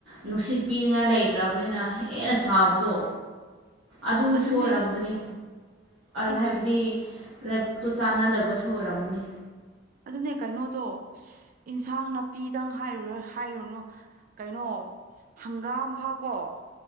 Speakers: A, on the right (about 80°); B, on the right (about 45°).
A: ꯅꯨꯡꯁꯤꯠ ꯄꯤꯅꯤꯡꯉꯥꯏ ꯂꯩꯇ꯭ꯔꯕꯅꯤꯅ ꯍꯦꯟꯅ ꯁꯥꯕꯗꯣ ꯑꯗꯨꯒꯤꯁꯨ
B: ꯑꯗꯨꯅꯦ
A: ꯑꯣꯏꯔꯝꯒꯅꯤ
B: ꯍꯣꯏ ꯏꯟꯁꯥꯡ
A: ꯍꯥꯏꯕꯗꯤ ꯄꯣꯠꯇꯨ ꯆꯥꯟꯅꯗꯕꯁꯨ ꯑꯣꯏꯔꯝꯅꯤ
B: ꯑꯗꯨꯅꯦ ꯀꯩꯅꯣꯗꯣ ꯏꯟꯁꯥꯡ ꯅꯥꯄꯤꯗꯪ ꯍꯥꯏꯔꯨꯔ ꯍꯥꯏꯔꯨꯅꯨ ꯀꯩꯅꯣ ꯍꯪꯒꯥꯝ ꯐꯥꯎꯀꯣ